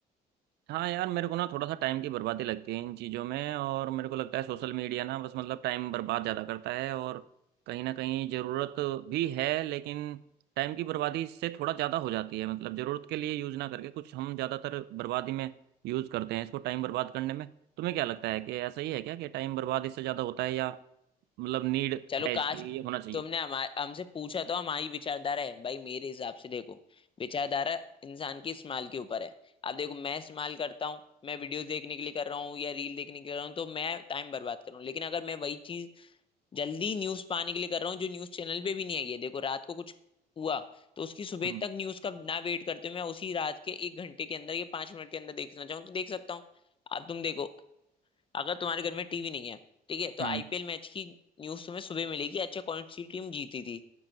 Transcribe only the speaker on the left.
चलो
काश
तुमने हमारे हमसे पूछा तो हमारी विचारधारा है भाई मेरे हिसाब से देखो विचारधारा इंसान के इस्तेमाल के ऊपर है अब देखो मैं इस्तेमाल करता हूँ मैं वीडियो देखने के लिए कर रहा हूँ या रील देखने के लिए कर रहा हूँ तो मैं टाइम बर्बाद कर रहा हूँ लेकिन अगर मैं वही चीज जल्दी न्यूज पाने के लिए कर रहा हूँ जो न्यूज चैनल पे भी नहीं आई है देखो रात को कुछ हुआ तो उसकी सुबह
तक न्यूज का ना वेट करते हुए मैं उसी रात के एक घंटे के अंदर या पांच मिनट के अंदर देखना चाहूँ तो देख सकता हूँ अब तुम देखो अगर तुम्हारे घर में टीवी नहीं है ठीक है तो
आईपीएल मैच की न्यूज तुम्हें सुबह मिलेगी अच्छा कौन सी टीम जीती थी